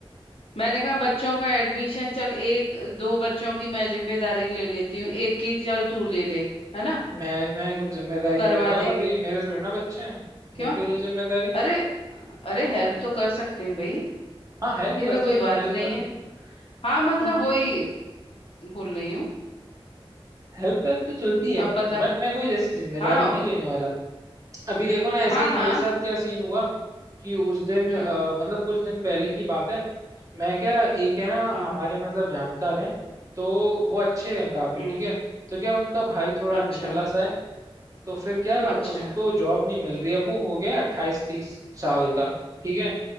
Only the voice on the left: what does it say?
मैंने कहा बच्चों का एडमिशन चल एक दो बच्चों की मैं जिम्मेदारी ले लेती हूँ एक की चल तू ले ले है ना
करवा
देंगे
क्यों
अरे अरे हेल्प तो कर सकते हैं भाई
ये
तो
कोई बात
नहीं
है हाँ मतलब
वही बोल रही हूँ
अब बता
हाँ
हाँ
हाँ
हम्म
हाँ
हम्म
अच्छा
अच्छा